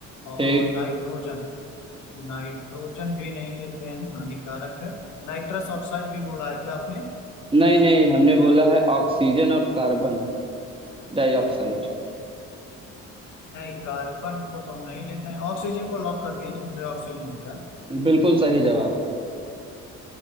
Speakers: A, on the left; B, on the right.
A: और
B: ठीक
A: नाइट्रोजन नाइट्रोजन भी नहीं लेते हैं हानिकारक है नाइट्रस ऑक्साइड भी बोला है क्या आपने
B: नहीं नहीं हमने बोला है ऑक्सीजन और कार्बन डाइऑक्साइड
A: नहीं कार्बन को तो हम नहीं लेते हैं ऑक्सीजन को लॉक कर दिए मुझे ऑक्सीजन मिल रहा है
B: बिल्कुल सही जवाब